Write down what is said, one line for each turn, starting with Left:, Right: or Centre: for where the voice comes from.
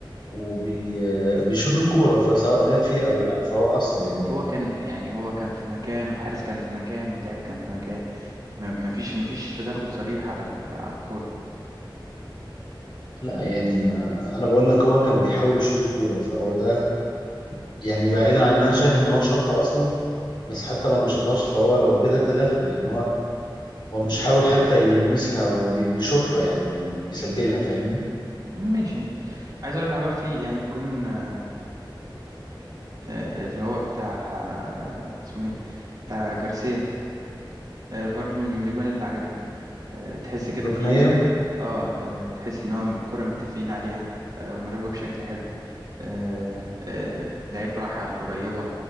Left: وبيشوط الكورة فسواء جت فيه او لا فهو أثر يعني
Right: هو كان يعني هو كان في مكان والحارس كان في مكان واللاعب كان في مكان ما ما فيش ما فيش تدخل صريح على ال- على الكورة
Left: لا يعني ما انا بقول لك هو كان بيحاول يشوط الكورة فهو ده يعني بعيدا عن ان انا شايف ان هو شاطها اصلا بس حتى لو ما شاطهاش فهو هو كده تداخل لان هو هو مش حاول حتى يلمسها هو بي- بيشوطها يعني بي- بيسجلها فاهمني
Right: ماشي عايز اقول لك انا بقى في يعني الجون آه، آه، اللي هو بتاع آه، اسمه ايه بتاع جارسيا آه، برضو من من الاجوان اللي عجبتني آه، تحس كده
Left: ركنية
Right: في اه آه، تحس ان هو الكرة متفقين عليها آه، ومراقبة بشكل حلو آه، آه، لعيب راح على القريبة